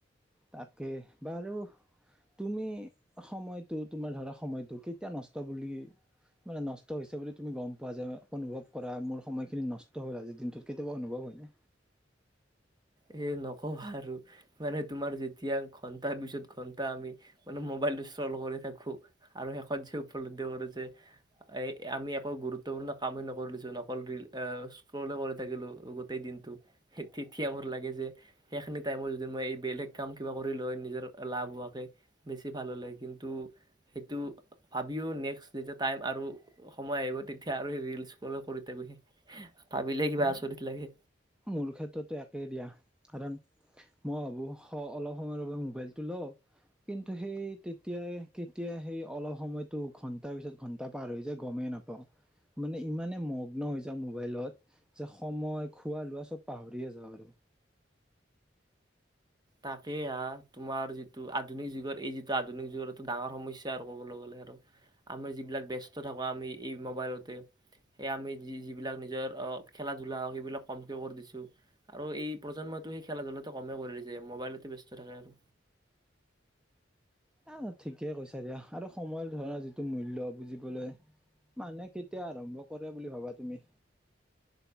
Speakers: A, in the centre; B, on the right.
A: তাকে। বাৰু, তুমি সময়টো তোমাৰ ধৰা সময়টো কেতিয়া নষ্ট বুলি- মানে নষ্ট হৈছে বুলি তুমি গম পোৱা যে- অনুভৱ কৰা মোৰ সময়খিনি নষ্ট হ'ল আজিৰ দিনটোত, কেতিয়াবা অনুভৱ হয় নে?
B: এই নকবা আৰু। মানে তোমাৰ যেতিয়া ঘন্টাৰ পিছত ঘন্টা আমি মানে মোবাইলটো ষ্ট্ৰল কৰি থাকোঁ, আৰু শেষত যে উপলদ্ধি কৰোঁ যে এ- আমি একো গুৰুত্বপূৰ্ণ কামেই নকৰিলচোন, অকল ৰিল- অ'- স্ক্ৰল হে কৰি থাকিলোঁ গোটেই দিনটো, সেই তেতিয়া লাগে যে সেইখিনি টাইমত যদি মই এই বেলেগ কাম কিবা কৰিলোঁ হয়, নিজৰ লাভ হোৱাকে বেছি ভাল হ'লে হয়। কিন্তু সেইটো ভাবিও নেক্সট যেতিয়া টাইম আৰু সময় আহিব, তেতিয়া আৰু সেই ৰিলছ ফল' কৰি থাকোঁ। ভাবিলে কিবা
A: হে,
B: আচৰিত লাগে।
A: মোৰ ক্ষেত্ৰতো একেই দিয়া। কাৰণ, মই ভাবোঁ স- অলপ সময়ৰ বাবে মোবাইলটো লওঁ। কিন্তু সেই তেতিয়াই কেতিয়া সেই অলপ সময়টো ঘন্টাৰ পিছত ঘন্টা পাৰ হৈ যায় গমেই নাপাওঁ। মানে ইমানে মগ্ন হৈ যাওঁ মোবাইলত যে সময়, খোৱা-লোৱা চব পাহৰিয়ে যাওঁ আৰু।
B: তাকে হা। তোমাৰ যিটো আধুনিক যুগত- এই যিটো আধুনিক যুগৰ ইটো ডাঙৰ সমস্যা আৰু ক'বলৈ গ'লে আৰু। আমি যিবিলাক ব্যস্ত থাকোঁ, আমি এই মবাইলতে। এ আমি যি- যিবিলাক নিজৰ অ- খেলা-ধূলা সেইবিলাক কমকে কৰি দিছোঁ। আৰু এই প্ৰজন্মটো সেই খেলা-ধূলাটো কমেই কৰি দি যে মোবাইলতে ব্যস্ত থাকে আৰু।
A: অ' ঠিকে কৈছা দিয়া। আৰু সময় ধৰা যিটো মূল্য বুজিবলে মানুহে কেতিয়া আৰম্ভ কৰে বুলি ভাবা তুমি?